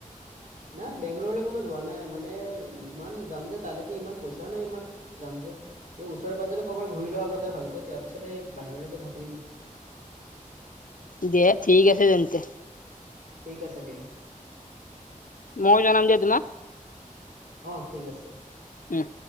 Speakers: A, on the right (about 70°); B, on the left (about 75°).
A: <inaudible> নাই বেংগলৰলৈকে মই যোৱা নাই মানে ইমান যাম যে তালৈকে ইমান পইচাও নাই ইমান যাম যে। স ওচৰে পাজৰে কৰ'বাৰ ঘূৰি ল আগতে ভালকৈ তাৰ পিছত সেই বাহিৰলৈকে ভাবিম। <inaudible>
B: দে ঠিক আছে তেন্তে।
A: ঠিক আছে দিয়া।
B: মই জনাম দিয়া তোমাক।
A: অ ঠিক আছে।
B: উম।